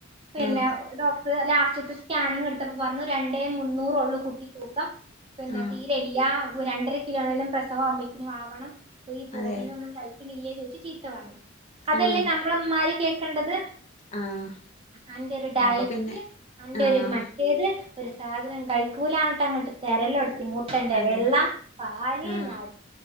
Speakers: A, on the right (about 30°); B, on the left (about 35°).
A: പിന്നെ-
B: ആഹ്
A: ഡോക്ടർ ലാസ്റ്റതെ സ്കാനിങ് എടുത്തപ്പോ പറഞ്ഞു രണ്ടേ മുന്നൂറ് ഒള്ളൂ കുട്ടിക്ക്‌ തൂക്കം പിന്നെ
B: ആഹ്
A: തീരെ ഇല്ലാ രണ്ടര കിലോനെങ്കിലും പ്രസവം ആക്കുമ്പേക്കിനും ആവണം അപ്പ ഈ പ്രോട്ടീൻ
B: അതെ
A: ഒന്നും കഴി തിന്നൽ ഇല്ലേ ചോദിച്ച് ചീത്ത പറഞ്ഞു അതല്ലേ
B: ആഹ്
A: നമ്മള് അമ്മമാര് കേൾക്കേണ്ടത്
B: ആഹ്
A: അന്റെ ഒരു ഡയറ്റ്
B: അപ്പൊ പിന്നെ
A: അന്റെ
B: ആഹ്
A: ഒരു മ ഏത് ഒരു സാധനം കയിക്കൂല ആയിട്ട് അങ്ങോട്ട് ത <unintelligible> തിരല എടുത്തി തന്റെ
B: അതെ
A: വെള്ളം പാ <unintelligible> ല
B: ആഹ്
A: നാടി